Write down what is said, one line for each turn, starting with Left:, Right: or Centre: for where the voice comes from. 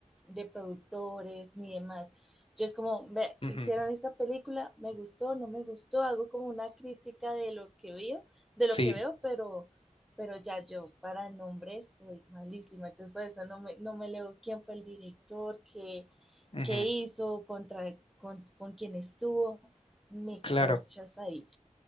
Centre: de productores ni demás. Yo es como, ve,
Left: Ujú.
Centre: hicieron esta película, me gustó, no me gustó, hago como una crítica de lo que veo, de
Left: Sí,
Centre: lo que veo, pero, pero ya yo para nombres soy malísima, entonces por eso no me, no me leo quién fue el director, qué,
Left: ujú,
Centre: qué hizo, contra, con, con quién estuvo, me
Left: Claro.
Centre: corchas ahí.